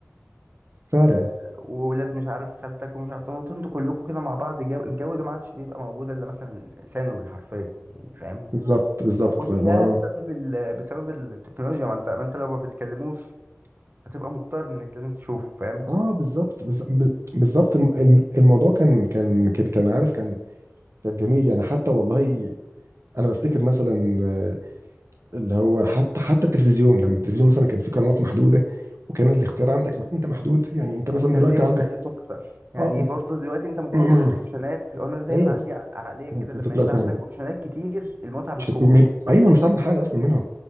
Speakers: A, on the right; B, on the right.
A: فعلا
B: آه وولاد مش عارف خالتك ومش عارف تقعدوا انتوا كلكم كده مع بعض جو الجو ده ما عادش بيبقى موجود الا مثلا ثانوي حرفيا يعني فاهم
A: بالظبط بالظبط
B: وكل
A: ما
B: ده
A: ما هو-
B: بسبب ال... بسبب التكنولوجيا ما انت ما انت لو ما بتكلموش هتبقى مضطر انك لازم تشوفه فاهم
A: اه بالظبط بالظ- ب- بالظبط الم- الم- الموضوع كان كان كان كان عارف كان كان جميل يعني حتى والله انا بفتكر مثلا آه، اللي هو حتى حتى التلفزيون لما التلفزيون مثلا كان فيه قنوات محدوده وكان الاختيار عندك ما انت محدود يعني انت مثلا
B: كان
A: دلوقتي
B: ليه متعته
A: عندك
B: اكتر يعني
A: اه انت
B: برضو دلوقتي انت من كتر
A: <clears throat>
B: الاوبشنات انا دايما
A: ايوه
B: عندي ع- عقليه كده لما
A: انت دلوقتي
B: يبقى عندك
A: عندك
B: اوبشنات كتير المتعه
A: مش...
B: بتروح
A: مش- ايوه مش هتعمل حاجه اصلا منهم